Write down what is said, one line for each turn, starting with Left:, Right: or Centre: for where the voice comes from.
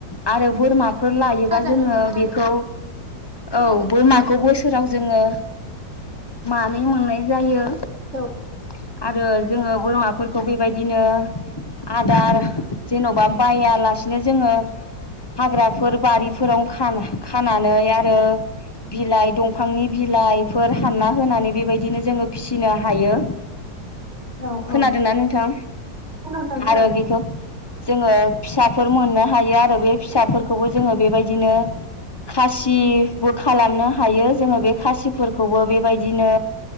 Left: आरो बोरमा फोर लायोबा
Right: खोनादों
Left: जोङो
Right: नोंथां खोनादों
Left: बेखौ औ
Right: खोनादों
Left: बोरमाखौ बोसोराव जोङो मानै मोननाय जायो। <unintelligible>
Right: औ
Left: आरो जोङो बोरमाफोरखौ बेबायद दिनो आदार जेन'बा बायालासिनो जोङो हाग्राफोर बारिफोरावनो खानो खानानै आर रो बिलाइ दंफांनि बिलाइफोर हानना होनानै बेबायदिनो जोङो फिसिनो हायो।
Right: औ
Left: खोनादोंना
Right: औ
Left: नोंथां
Right: खोनादों खोनादों
Left: आरो बेखौ जोङो फिसाफोर मोननो हायो बे फिसाफोरखौबो जोङो बेबायदिनो खासि तिबो खालामनो हायो जोङो बे खासिफोरखौबो बेबायदिनो